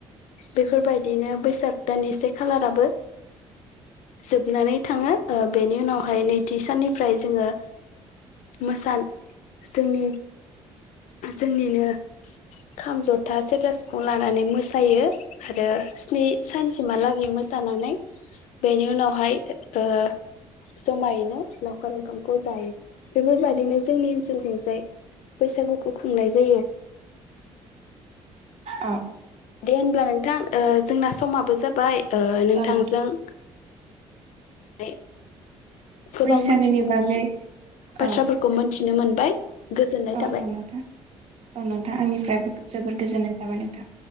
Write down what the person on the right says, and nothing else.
अ
औ नोंथां
बैसागोनि
बागै औ
औ
औ नोंथां औ नोंथां आंनिफ्रायबो जोबोर गोजोननाय थाबाय नोंथां